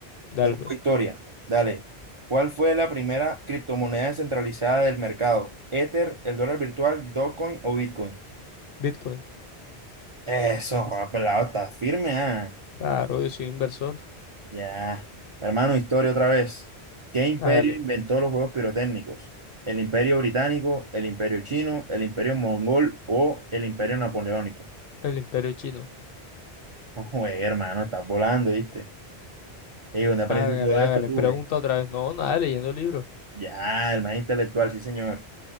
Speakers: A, on the left; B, on the right.
A: Dale,
B: Te tocó
A: pues.
B: historia. Dale. ¿Cuál fue la primera criptomoneda descentralizada del mercado? ¿Ether, el dólar virtual, Dogecoin o Bitcoin?
A: Bitcoin.
B: Eso, joda, pelado, está firme, ah.
A: Claro, yo soy inversor.
B: Ya. Hermano, historia otra vez. ¿Qué imperio
A: Hágale.
B: inventó los juegos pirotécnicos? ¿El imperio británico, el imperio chino, el imperio mongol o el imperio napoleónico?
A: El imperio chino.
B: No juegue, hermano, estás volando, ¿viste? Ey, ¿dónde aprendiste
A: Hágale,
B: todo
A: hágale.
B: esto tú,
A: Pregunta
B: güey?
A: otra vez. No, nada, leyendo el libro.
B: Ya, el más intelectual, sí, señor.